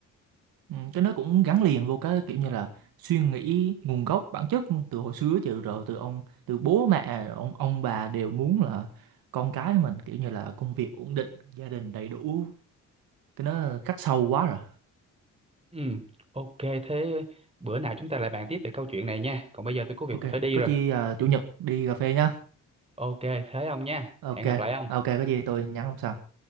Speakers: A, on the right (about 75°); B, on the right (about 15°).
A: Ừ, cái nó cũng gắn liền vô cái kiểu như là suy nghĩ nguồn gốc bản chất từ hồi xưa chứ rồi từ ông từ bố mẹ rồi ông ông bà đều muốn là con cái mình kiểu như là công việc ổn định gia đình đầy đủ cái nó khắc sâu quá rồi
B: ừ ok thế bữa nào chúng ta lại bàn tiếp về câu chuyện này nha còn bây giờ tôi có việc
A: ok
B: tôi phải đi
A: có
B: rồi
A: chi à, chủ nhật đi cà phê nhá
B: ok thế ông nha
A: ok
B: hẹn gặp lại ông
A: ok có gì tôi nhắn ông sau